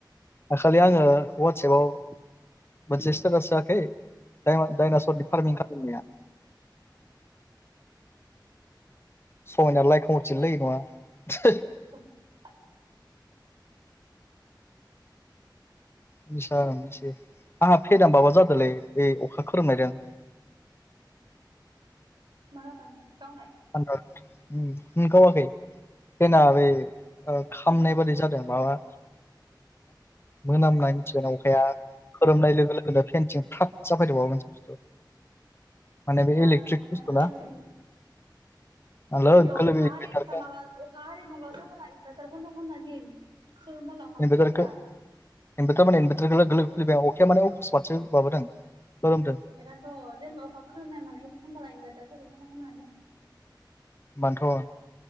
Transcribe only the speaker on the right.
<unintelligible>
मा जादों गावनाय
कारेन्टआ
माबा
जादों बियो
ए अखा
आरोै माबा अखा आरोै माबा जाबला इनभार्टार बन्द' खालामना दिन खोरोमबोला अखा
खोरोमबोला
बेखायनोथ' जेनबा अखा ख्रोमनाय माने बिदि खालामबालाय इनभारटारफोरखौबो मा खालामनो